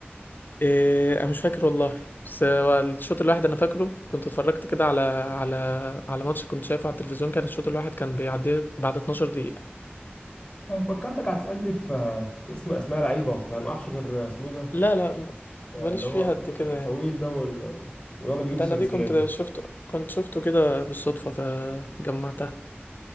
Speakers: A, on the left; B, on the left.
A: إيه انا مش فاكر والله بس هو الشوط الواحد انا فاكره كنت اتفرجت كده على على على ماتش كنت شايفه على التلفزيون كان الشوط الواحد كان بيعدي بعد 12 دقيقة
B: أنا فكرتك هتسألني في في اسم اسماء لعيبة وبتاع انا ما اعرفش غير اسمه ايه ده
A: لا لا م-
B: آه،
A: ماليش
B: اللي هو
A: فيها قد كده
B: الطويل
A: يعني
B: ده وال... وده اللي بيجيب
A: ده
B: الثلاثيات
A: انا دي كنت
B: ده
A: شفته كنت شفته كده بالصدفة فجمعتها